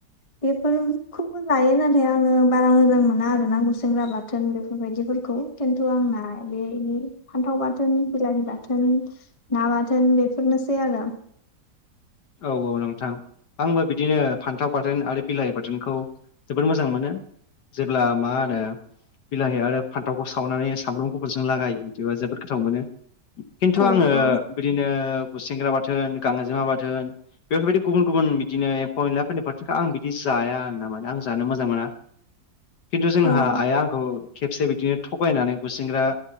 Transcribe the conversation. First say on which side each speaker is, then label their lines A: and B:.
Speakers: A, on the left; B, on the left.
A: बेफोरखौबो जायो नाथाय आङो बारा मोजां मोना आरो ना गुसेंग्रा बाथोन बेफोरबायदिफोरखौ खौ खिन्थु आंना बे -बे फान्थाव बाथोन बिलाहि बाथोन ना बाथोन बे बेफोरनोसै आरो
B: औ -औ नोंथां आंबो बिदिनो फान्थाव बाथोन आरो बिलाहि बाथोनखौ जोबोद मोजां मोनो जेब्ला मा होनो बिलाहि आरो फान्थावखौ सावनानै सामब्राम गुफुरजों लागायो बिदिबा जोबोद गोथाव मोनो खिन्थु
A: औ
B: आङो
A: औ
B: बिदिनो गुसेेंग्रा बाथोन गांजेमा बाथ बेफोरबायदि गुबुन -गुबुन बिदिनो एम्फौ -एनला फोरनि बाथोनखौ आं बिदि जाया आरना मानो आं जानो मोजां मोना
A: <inaudible>
B: खिन्थु जोंहा
A: औ
B: आइया आंखौ खेबसे बिदिनो थगायनानै गुसिंग्रा